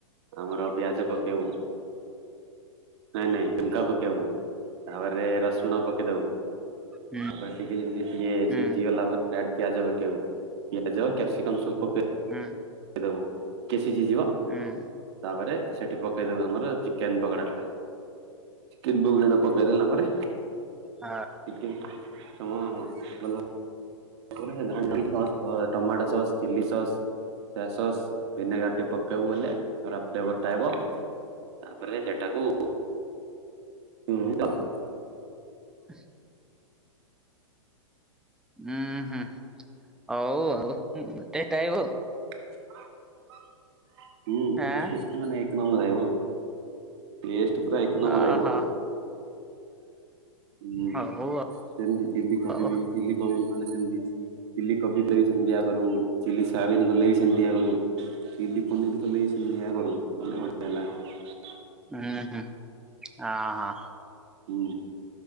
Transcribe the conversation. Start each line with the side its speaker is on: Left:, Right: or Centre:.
Right: ଆମର ପିଆଜ ପକେଇବୁ। ନାଇଁ ନାଇଁ ଶୁଙ୍କା ପକେଇବୁ ତାପରେ ରସୁଣ ପକେଇଦବୁ
Centre: ହୁଁ
Right: ତାପରେ ଟିକେ ଯେମିତି ସିଏ
Centre: ହୁଁ
Right: ସିଝି ଗଲା ପରେ ଇଆଡ଼େ ପିଆଜ ପକେଇବୁ ପିଆଜ କ୍ୟାପସିକମ୍ ସବୁ ପକେ
Centre: ହୁଁ।
Right: ପକେଇ ଦବୁ କେ ସିଜି ଯିବ
Centre: ହୁଁ।
Right: ତାପରେ ସେଠି ପକେଇଦବୁ ଆମର ଚିକେନ ପକୋଡା ଟା। କେନ୍ଦୁ ଇଏ ଟା ପକେଇ ଦେଲା ପରେ
Centre: ହଁ
Right: ଟିକେ ସମୟ ଗଲା ପରେ ଧାଣ୍ଟି sauce tomato sauce, chilli sauce soya sauce ଭିନେଗାରଟି ପକେଇବୁ ବୋଲେ <unintelligible> ଫ୍ଲେବରଟା ଆଇବ। ତାପରେ ସେଟାକୁ <unintelligible>
Centre: ହ ଉଁ ହୁଁ ହଉ ଆଉ ଟେଷ୍ଟ ଆଇବ।
Right: <inaudible> ହୁଁ
Centre: ଆଁ।
Right: ଟେଷ୍ଟ ମାନେ ଏକ ନମ୍ବର ଆଈବ ପେଷ୍ଟ ପୁରା ଏକ ନମ୍ବର
Centre: ଓହୋ
Right: ଆଈବ। ଉଁ
Centre: ହଉ
Right: ସେମିତି ଚିଲ୍ଲି କୋବି
Centre: ଆଉ
Right: ବି ଚିଲ୍ଲି କୋବି ବି କଲେ ସେମିତି ଚିଲ୍ଲି କୋବି କଲେ ବି ସେମିତିଆ କରୁ ଚିଲ୍ଲି ସୋୟାବିନ୍ କଲେ ବି ସେମିତିଆ କରୁ ଚିଲ୍ଲି ପନିର କଲେବି ସେମିତିଆ କରୁ <unintelligible>
Centre: ଉଁ ହୁଁ ଅଁ ହଁ।
Right: ହୁଁ